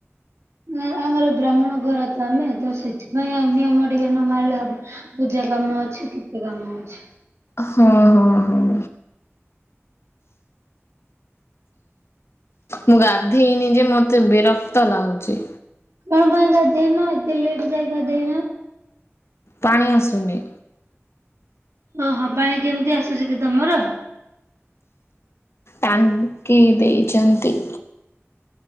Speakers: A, on the right; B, on the left.
A: ନା ଆମର ବ୍ରାହ୍ମଣ ଘର ତ ଆମେ ତ ସେଥିପାଇଁ ନିୟମ ଟିକେ ନ ମାରିଲେ ହବ। ପୂଜା କାମ ଅଛି କେତେ କାମ ଅଛି।
B: ହଁ ହଁ ହଁ। ମୁଁ ଗାଧେଇନି ଯେ ମତେ ବିରକ୍ତ ଲାଗୁଛି।
A: କଣ ପାଇଁ ଗାଧେଇନ ଏତେ ଲେଟ୍ ଯାଇ ଗାଧେଇନ?
B: ପାଣି ଆସୁନି।
A: ଓହୋ ପାଣି କେମିତି ଆସୁଛି କି ତମର?
B: ଟାଙ୍କି ଦେଇଛନ୍ତି।